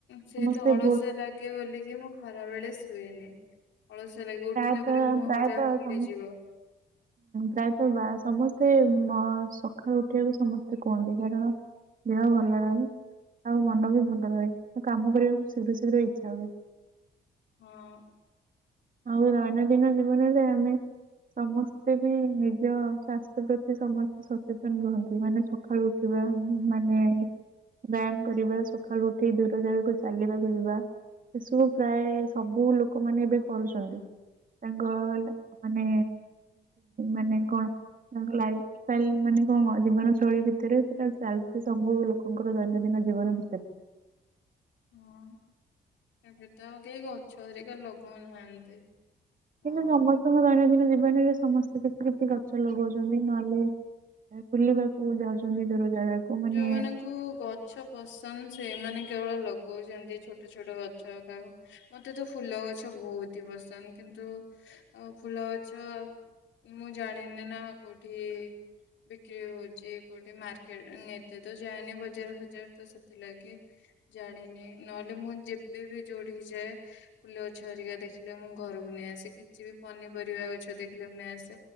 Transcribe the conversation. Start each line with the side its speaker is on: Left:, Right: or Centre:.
Left: ସେଇତ
Right: ସମସ୍ତେ
Left: ଅଳସୁଆ
Right: ଭୋର
Left: ଲାଗେ ବୋଲିକି ମୁଁ ଖରା ବେଳେ ଶୁଏନି। ଅଳସୁଆ ଲାଗେ, ଉଠିଲା
Right: ପ୍ରାୟତଃ
Left: ପରେ ମୁହଁ
Right: ପ୍ରାୟତଃ
Left: ଯାକ ଫୁଲିଯିବ।
Right: ସମ ପ୍ରାୟତଃ ବା ସମସ୍ତେ ମ ସକାଳୁ ଉଠିବାକୁ ସମସ୍ତେ କୁହନ୍ତି, କାରଣ ଦେହ ଭଲ ରହେ, ଆଉ ମନ ବି ଭଲ ରହେ, କାମ କରିବାକୁ ଶୀଘ୍ର ଶୀଘ୍ର ଇଛା ହୁଏ।
Left: ହଁ
Right: ଆଉ ଦୈନନ୍ଦିନ ଜୀବନରେ ଆମେ ସମସ୍ତେ ବି ନିଜ ସ୍ୱାସ୍ଥ୍ୟ ପ୍ରତି ସମସ୍ତେ ସଚେତନ ରୁହନ୍ତି, ମାନେ ସ ସକାଳୁ ଉଠିବା ମାନେ ବ୍ୟାୟାମ କରିବା, ସକାଳୁ ଉଠି ଦୂର ଜାଗାକୁ ଚାଲିବାକୁ ଯିବା ଏସବୁ ପ୍ରାୟ, ସବୁ ଲୋକମାନେ ଏବେ କରୁଚନ୍ତି। ତାଙ୍କ ହେଲା ମାନେ, ମାନେ କଣ ତାଙ୍କ ଲାଇଫ୍ ଚାଲ, ମାନେ କଣ ଜୀବନ ଶୈଳୀ ଭିତରେ, ସେଟା ଚାଲିଛି ସବୁ ଲୋକଙ୍କର ଦୈନନ୍ଦିନ ଜୀବନ ଭିତରେ।
Left: ହଁ, ଏବେ ତ ଆଉ କେହି ଗଛ ହେରିକା ଲଗଉନାହାନ୍ତି।
Right: କିନ୍ତୁ
Left: ଆଉ
Right: ସମସ୍ତଙ୍କ ଦୈନନ୍ଦିନ ଜୀବନରେ ସମସ୍ତେ କିଛି କିଛି ଗଛ ଲଗଉଚନ୍ତି, ନହେଲେ ବୁଲିବାକୁ ଯାଉଚନ୍ତି ଦୂର ଜାଗାକୁ। ମାନେ
Left: ଯୋଉମାନଙ୍କୁ ଗ ଗଛ ପସନ୍ଦ, ସେଇମାନେ କେବଳ ଲଗଉଚନ୍ତି ଛୋଟ ଛୋଟ ଗଛ କାହା ମତେ ତ ଫୁଲ ଗଛ ବହୁତ ହି ପସନ୍ଦ, କିନ୍ତୁ ଫୁଲ ଗଛ ମୁଁ ଜାଣିନି ନା, କୋଉଠି ବିକ୍ରି ହଉଚି, କୋଉଠି ମାର୍କେଟ ଏତେ ତ ଯାଏନି ବଜାର ଫଜାର ତ ସେଥିଲାଗି ଜାଣିନି, ନହେଲେ ମୁଁ ଯେବେ ବି ଯୋଉଠିକି ଯାଏ ଫୁଲ ଗଛ ହେରିକା ଦେଖିଲେ ମୁଁ ଘରକୁ ନେଇ ଆସେ, କିଛି ବି ପନିପରିବା ଗଛ ଦେଖିଲେ ମୁଁ ନେଇ ଆସେ।